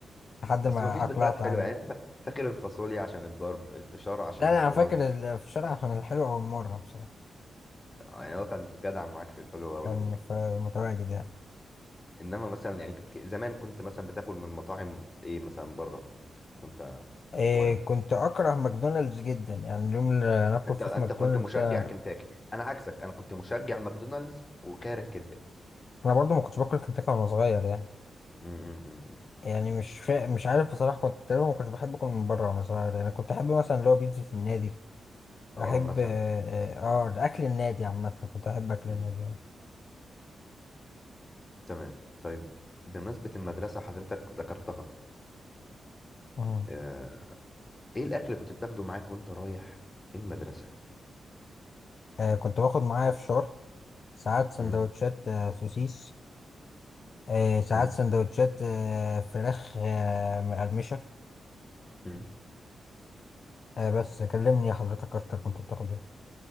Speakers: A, on the left; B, on the left.
A: لحد
B: بس
A: ما
B: ما فيش
A: أقلعت
B: ذكريات حلوه
A: عنه
B: يعني انت فا- فاكر الفاصوليا عشان الضرب الفشار عشان
A: لا
B: البراز
A: لا أنا فاكر الفشار عشان الحلو أول مرة بصراحة
B: يعني هو كان جدع معاك في الحلوه اول
A: كان
B: مره
A: في متواجد يعني
B: انما مثلا يعني ك- ك- زمان كنت مثلا بتاكل من مطاعم ايه مثلا بره وانت
A: إيه
B: صغير
A: كنت أكره ماكدونالدز جدا يعني اليوم اللي ناكل
B: انت
A: فيه
B: انت
A: في ماكدونالدز
B: كنت مشجع
A: آه،
B: كنتاكي انا عكسك انا كنت مشجع ماكدونالدز وكاره كنتاكي
A: أنا برضو ما كنتش باكل كنتاكي وأنا صغير يعني
B: مم، مم، مم، مم.
A: يعني مش فا... مش عارف بصراحة كنت تقريبا ما كنتش بحب أكل من بره وأنا صغير يعني كنت أحب مثلا اللي هو بيتزا النادي
B: اه
A: أحب
B: مثلا
A: آه,
B: مثلا
A: آه آه، أكل النادي عامة كنت أحب أكل
B: مم،
A: النادي آه.
B: مم. تمام طيب بمناسبة المدرسة حضرتك ذكرتها
A: مم.
B: آه، ايه الأكل اللي كنت بتاخده معاك وانت رايح المدرسة؟
A: آه كنت باخد معايا فشار ساعات سندوتشات
B: مم،
A: آه سوسيس آه ساعات
B: مم،
A: سندوتشات آه فراخ آه مقرمشة
B: مم.
A: آه بس كلمني حضرتك أكتر كنت بتاخد إيه؟